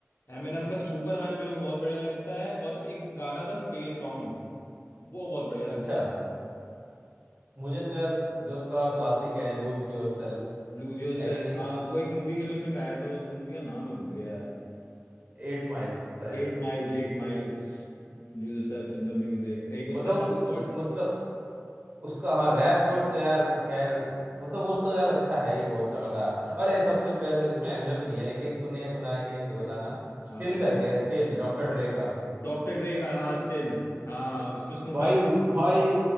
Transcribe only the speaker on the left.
एमिनेम का सुपरमैन मेरे को बहुत बढ़िया लगता है और एक गाना था स्पेस बाउंड वो बहुत बढ़िया
लगता है मेरे को
लूज योर
सेल्फ
वो एक मूवी के लिए उसने गाया था उस मूवी का नाम मैं भूल गया यार
Eight miles eight miles Lose yourself in the music एक
उसका
रिकॉर्ड
हाँ
डॉक्टर ड्रे का हाँ स्टिल हाँ हाँ उसमें स्नूप
डॉग